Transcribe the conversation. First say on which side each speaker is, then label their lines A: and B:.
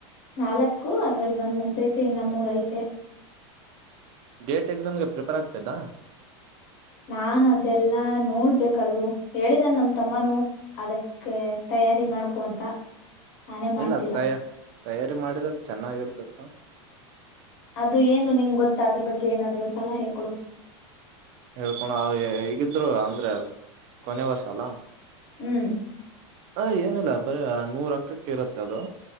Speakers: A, on the left; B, on the right.
A: ನಾಲ್ಕು ಅದ್ರಲ್ಲಿ ಬಂದ್ ಮುಗ್ದೈತೆ ಇನ್ನಮ್ಮೂರಐತೆ
B: ಗೇಟ್ ಎಕ್ಸಾಮ್ಗೆ ಪ್ರಿಪೇರ್ ಆಗ್ತಾ ಇದಾ
A: ನಾ ಅದೆಲ್ಲಾ ನೋಡ್ಬೇಕು ಹೇಳಿದನ್ ನಮ ತಮ್ಮನುೂ ಅದಕ್ಕೆ ತಯಾರಿ ಮಾಡ್ಕೊ ಅಂತ ನಾನೇ ಮಾಡ್ತಿಲ್ಲ
B: ಇಲ್ಲ ತಯ ತಯಾರಿ ಮಾಡಿದ್ರ ಚೆನ್ನಾಗಿರ್ತತ್ತು
A: ಅದು ಏನು ನಿಂಗ್ ಗೊತ್ತ ಅದ್ರ ಬಗ್ಗೆ ಏನಾದ್ರು ಸಲ ಹೇ ಕೊೊಡು
B: ಹೇಳ್ಕೋಣ ಹಗಿದ್ರು ಅಂದ್ರೆ ಕೊನೆ ವಸ ಅಲ್ಲ
A: ಹ್ಮ್
B: ಹ ಏನುಿಲ್ಲಾಭ ಬರ ನೂರ ಅಂಕಕ್ಕೆ ಇರುತ್ತೆ ಅದು